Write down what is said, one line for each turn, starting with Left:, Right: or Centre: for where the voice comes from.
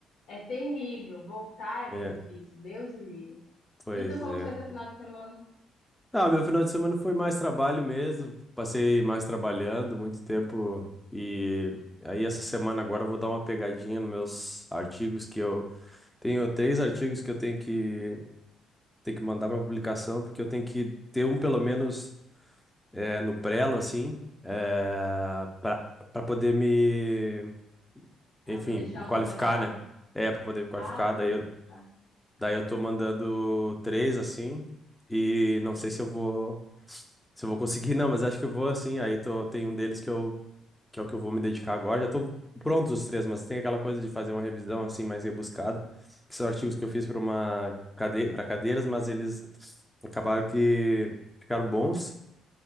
Left: é terrível. Voltar é
Centre: É,
Left: muito difícil. Deus o livre.
Centre: pois
Left: E tu, como
Centre: é.
Left: foi teu final de semana?
Centre: Ah, meu final de semana foi mais trabalho mesmo. Passei mais trabalhando, muito tempo. E aí essa semana agora eu vou dar uma pegadinha nos meus artigos que eu tenho três artigos que eu tenho que tenho que mandar para publicação, porque eu tenho que ter um pelo menos é, no prelo assim, é, para para poder me
Left: Ah,
Centre: enfim,
Left: poder tirar
Centre: me qualificar,
Left: o doutorado?
Centre: né? É, pra poder me qualificar.
Left: Ah, para
Centre: Daí
Left: qualificar.
Centre: eu, daí eu tô mandando três, assim. E não sei se eu vou. Se eu vou conseguir, não, mas acho que eu vou, assim. Aí tô, tem um deles que, eu, que é o que eu vou me dedicar agora. Já estão prontos os três, mas tem aquela coisa de fazer uma revisão, assim, mais rebuscada. Que são artigos que eu fiz pra uma cadeira, para cadeiras, mas eles acabaram que ficaram bons.